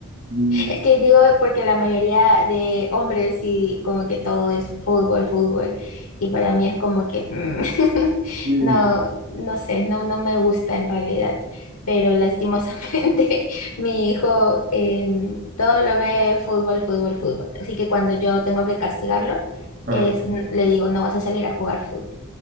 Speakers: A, on the right; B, on the left.
A: sí,
B: Es que digo porque la mayoría de hombres y como que todo es fútbol, fútbol. Y para mí es como que mm, <laughs>
A: sí,
B: no, no sé, no, no me gusta en realidad. Pero lastimosamente <laughs> mi hijo em, todo lo ve fútbol, fútbol, fútbol. Así que cuando yo tengo que castigarlo,
A: ajá,
B: es, n- le digo, no vas a salir a jugar fútbol.